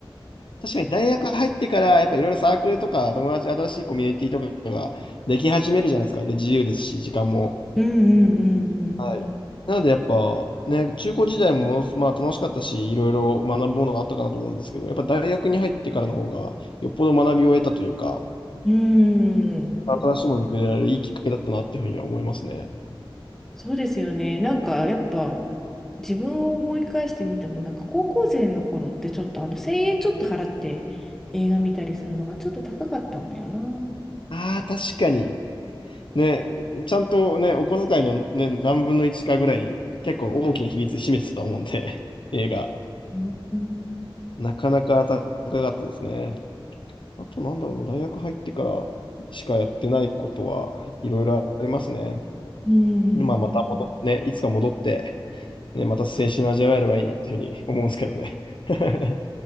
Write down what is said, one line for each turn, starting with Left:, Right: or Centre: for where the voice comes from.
Left: 確かに大学入ってから、やっぱいろいろサークルとか友達、新しいコミュニティとかができ始めるじゃないですか。で、自由ですし、時間も。
Centre: うんうんうん
Left: はい。なのでやっぱね、中高時代もものすまあ楽しかったし、いろいろ学ぶものがあったかなと思うんですけど、やっぱ大学に入ってからの方がよっぽど学びを得たというか、
Centre: うん。うん。
Left: 新しいものに触れられるいいきっかけだったなっていうふうには思いますね。
Centre: そうですよね。なんかやっぱ自分を思い返してみても、なんか高校生の頃ってちょっとあの1000円ちょっと払って映画見たりするのがちょっと高かったんだよな。
Left: ああ、確かに。ね、ちゃんとね、お小遣いのね、何分の1かぐらい、結構大きな比率占めてたと思うんで、<laughs> 映画。
Centre: うん。
Left: なかなか高かったですね。あとなんだろうな、大学入ってからしかやってないことはいろいろありますね。
Centre: うん
Left: まあ、また戻っ、ね、いつか戻って、ね、また青春味わえればいいなっていうふうに思うんですけどね。<laughs>